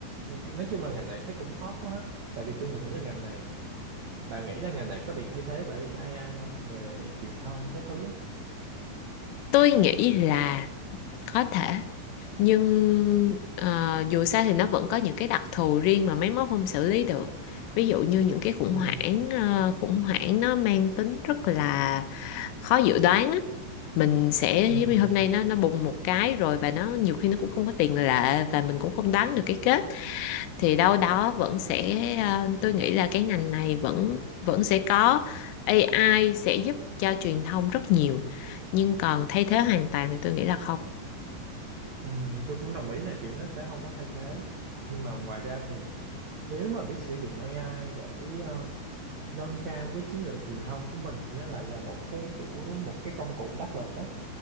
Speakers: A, on the right; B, on the left.
A: nói chung là ngành này thấy cũng hot quá. ha. Tại vì tôi nghĩ là ngành này bạn nghĩ là ngành này có bị thay thế bởi AI không về truyền thông các thứ?
B: tôi nghĩ là có thể nhưng ờ, dù sao thì nó vẫn có những cái đặc thù riêng mà máy móc không xử lý được ví dụ như những cái khủng
A: Ừm,
B: hoảng ờ, khủng hoảng nó mang tính rất là khó dự đoán á. mình sẽ
A: ừm,
B: giống như hôm nay nó nó bùng một cái rồi và nó nhiều khi nó cũng không có tiền lệ và mình cũng không đoán được cái kết thì đâu đó vẫn sẽ ờ, tôi nghĩ là cái ngành này vẫn vẫn sẽ có AI sẽ giúp cho truyền thông rất nhiều nhưng còn thay thế hoàn toàn thì tôi nghĩ là không
A: ừm, tôi cũng đồng ý là kiểu nó sẽ không có thay thế. Nhưng mà ngoài ra thì nếu mà biết sử dụng AI để ờ, nâng cao cái chiến lược truyền thông của mình nó lại là một cái kiểu một cái công cụ đắc lực á